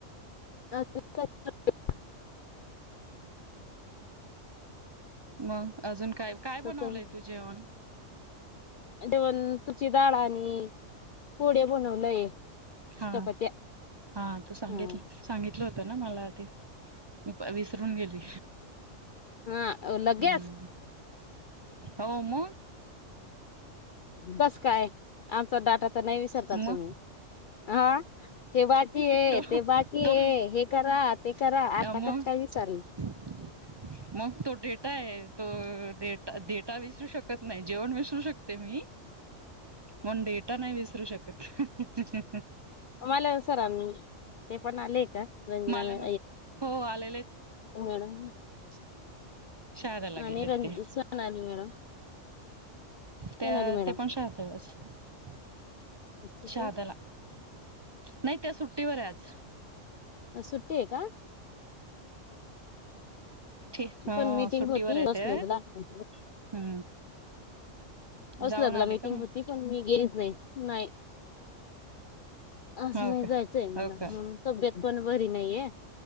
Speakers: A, on the left; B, on the right.
A: <unintelligible>
B: मग अजून काय काय बनवलंय
A: तर
B: तू जेवण?
A: जेवण तुडीची डाळ आणि पोडे बनवलंय
B: हा
A: चपात्या
B: हा तो सांगितल
A: हा.
B: सांगितलं होतं ना मला ते <unintelligible> विसरून गेली
A: हा लग्यास
B: हम्म हो म
A: बस काय आमचा डाटा तर नाही विसरतात
B: मग
A: तुम्ही हा हे बाकी ये
B: तो
A: ते बाकी
B: तो
A: ये हे करा ते करा आता
B: मग
A: कस काय विचारल?
B: मग तो डेटा आहे तो डेटा डेट विसरू शकत नाय जेवण विसरू शकते मी पण डेटा नाय <unintelligible>
A: मला सरांन ते पण आलेय हित संंजना
B: मला
A: मॅ
B: म हो आलेले
A: मॅडम <unintelligible>
B: शादला
A: आणि
B: गेलेत
A: रं
B: ते
A: सोनाली मॅडम सोनाली
B: त्या
A: मॅडम
B: ते पण <unintelligible>
A: <unintelligible>
B: शहाद्याला नाही त्या सुट्टीवर आहे आज
A: सुट्टी आहे का?
B: ठीक हो
A: पण मीटिंग
B: सुट्टीवर
A: होती
B: आहे
A: बसल
B: ते
A: होतान
B: हम्म
A: असल
B: जाऊन आले
A: तला मीटिंग
B: का मग
A: होती पण मी गेलीच नाही नाही असं
B: हो
A: नाही
B: का
A: जायचंय मला
B: हो का
A: म्हणून तब्येत पण बरी नाहीये